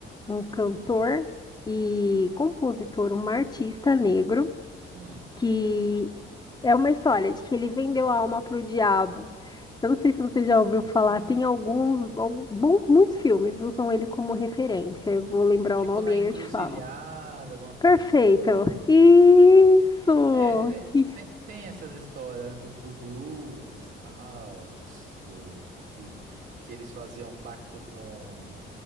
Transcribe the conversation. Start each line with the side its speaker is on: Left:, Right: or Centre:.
Left: um cantor e compositor, um artista negro
Right: hum.
Left: que é uma história de que ele vendeu a alma para o diabo. Eu não sei se você já ouviu falar,
Right: ah,
Left: tem alguns, algum- bom, muitos filmes usam ele como referência. Eu vou lembrar
Right: é tipo
Left: o nome
Right: na
Left: e
Right: encruzilhada,
Left: aí eu te falo.
Right: alguma coisa
Left: Perfeito.
Right: assim?
Left: Isso!
Right: É, tem,
Left: Que
Right: tem, tem essas histórias né, do, do blues, tal, dos, do, da, que, que eles faziam um pacto com,